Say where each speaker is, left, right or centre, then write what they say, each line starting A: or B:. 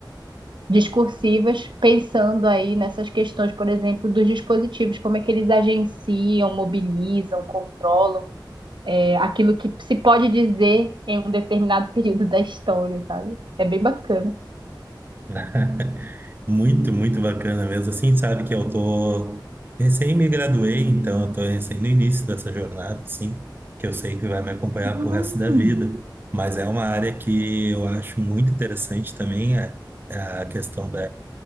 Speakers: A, on the right (about 75°); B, on the right (about 25°).
A: discursivas, pensando aí nessas questões, por exemplo, dos dispositivos, como é que eles agenciam, mobilizam, controlam é, aquilo que se pode dizer em um determinado <laughs> período da história, sabe? É bem bacana.
B: <laughs> Muito, muito bacana mesmo. Assim, sabe que eu tô recém me graduei, então eu tô recém no início dessa jornada, assim, que eu sei que vai me acompanhar
A: Hum,
B: pro resto da vida. Mas é uma área que eu acho muito interessante também, é, é a questão da,